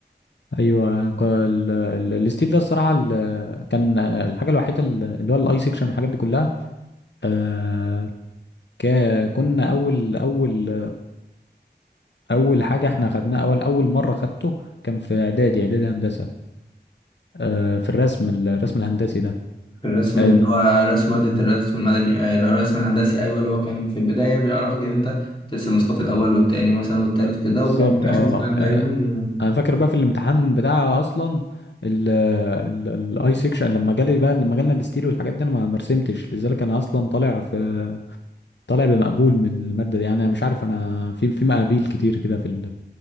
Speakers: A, on the left; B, on the left.
A: ايوه ك- ال... ال... الستيل ده الصراحة ال... كان الحاجة الوحيدة ال- اللي هو الاي سيكشن والحاجات دي كلها آه... ك... كنا اول اول اول حاجة احنا خدناها اول اول مرة خدته كان في اعدادي اعدادي هندسة آه... في الرسم الرسم الهندسي ده
B: الرسم
A: آه...
B: اللي
A: د-
B: هو رسم مادة الرسم المدني آه، الرسم الهندسي أيوة اللي هو كان في البداية بيعرفك إن أنت ترسم اسقاط الأول والتاني مثلا والتالت كده
A: بالظبط
B: وكان في
A: اه
B: آخر السنة دايما
A: انا فاكر بقى في الامتحان بتاع اصلا ال ال الاي سيكشن لما جالي بقى لما جالنا الستيل والحاجات دي انا ما ما رسمتش لذلك انا اصلا طالع في طالع بمقبول من الماده دي يعني انا مش عارف انا في في مقابيل كتير كده في ال